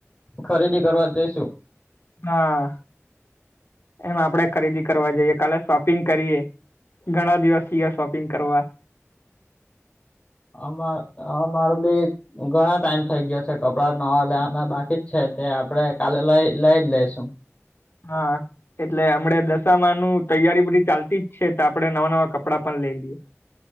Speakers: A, on the left; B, on the left.
A: ખરીદી કરવા જઈશું
B: હા એમ આપડે ખરીદી કરવા જઈએ કાલે શોપિંગ કરીએ ઘણા દિવસ થ ગયા શોપિંગ કરવા
A: અમાર અમારો બી ઘણા ટાઈમ થઇ ગયો છે કપડા નવા લેવાના બાકી જ છે તે આપડે કાલે લઈ લઈ જ લઈશું
B: હા એટલે હમણે દશામાં નું તૈયારી બધી ચાલતી જ છે તો આપડણે નવા નવા કપડા પણ લઈ લઈએ